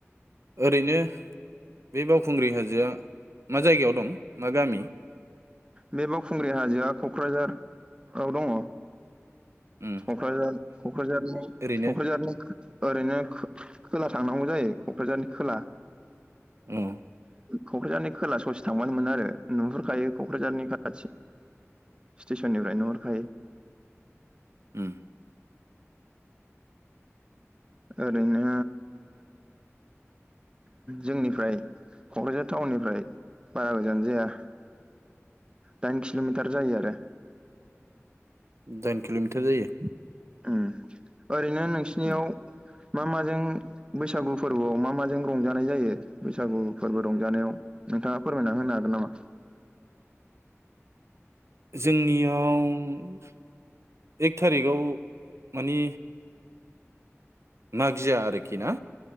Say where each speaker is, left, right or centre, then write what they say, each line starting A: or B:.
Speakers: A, on the right; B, on the right.
A: ओरैनो बे बावखुंग्रि हाजोआ मा जायगायाव दं मा गामि
B: बे बावखुंग्रि हाजोआ क'क्राझाराव दङ।
A: उम
B: कक्राझार क'क्राझारनि
A: ओरैनो
B: क'क्राझारनि ओरैनो खो-खोला थांनांगौ जायो क'क्राझारनि खोला
A: उम
B: क'क्राझारनि खोला ससे थांबानो मोनो आरो नुहुरखायो। क' क्राझारनि खाथि स्टेसननिफ्राय नुहरखायो।
A: उम
B: ओरैनो जोंनिफ्राय क'क्राझार टाउननिफ्राय बारा गोजान जाया। दाइन किल'मिटार जायो आरो।
A: दाइन किल'मिटार जायो।
B: ओम ओरैनो नोंसिनियाव
A: उम
B: मा माजों बैसागु फोरबोआव मा माजों रंजानाय जायो बैसागु फोरबो रंजानायाव नोंथाङा फोरमायना होनो हागोन नामा?
A: जोंनियाव एक थारिखाव मानि मागिया आरोखि ना